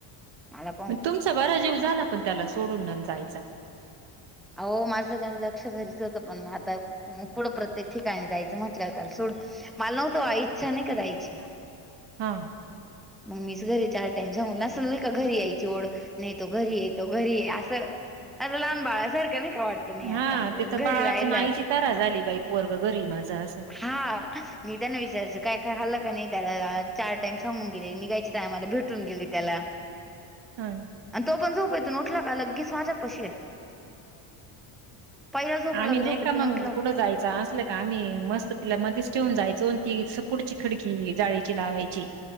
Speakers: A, in the centre; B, on the right (about 55°).
A: मला पाहून
B: तुमचा बरा जीव झाला पण त्याला सोडून अन जायचा.
A: अवो माझ गन लक्ष घरीच होत, पण म आता कुड प्रत्येक ठिकाणी जायच म्हटल्याव त्याल सोड, माल नव्हत वा इच्छा नई का जायची. <inaudible>
B: हा
A: मम्मीच घरी चार टाईम सांगुन, अस न‌ई का घरी यायची ओढ. नाही तो घरी आहे. तो घरी आहे. अस, अस लहान बाळा सारख नाही का वाटत. नाही आता
B: हा
A: आपलं
B: तेत
A: घरी
B: बाळाच
A: राहिलं
B: न आईची तरा झाली बाई, पोरग घरी माझ अस.
A: हा मी त्यांना विचारयच, काय काय हल्ल का नाही त्याला चार टाइम सांगून गेले. निघायच्या टायमाला भेटून गेले त्याला.
B: हम्म
A: आणि तो पण झोपेतुन उठला का लगेच माझ्या पशी येतो. पहिला झोपला
B: आम्ही नाही
A: झोपेतून
B: का मग,
A: उठला
B: कुठ जायच असल का आम्ही मस्त तिला मध्येच ठेवून जायचो. ती पुढची खडकी जाळीची लावायची.